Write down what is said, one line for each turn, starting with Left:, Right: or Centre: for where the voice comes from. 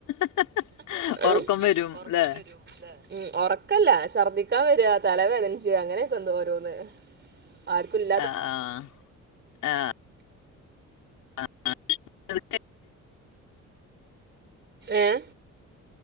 Left: <unintelligible>
Right: <unintelligible>
Left: ഉറക്കം വരും
Right: ഒറക്കം
Left: ല്ലേ
Right: വെരും. ഉം ഉറക്കല്ല ഛർദ്ദിക്കാൻ വരുവാ തലവേദനച്ച് അങ്ങനെയൊക്കെ ൻഡ് ഓരോന്ന് ആർക്കുല
Left: അഹ്ആഹ് ആഹ് <unintelligible>
Right: ഏഹ്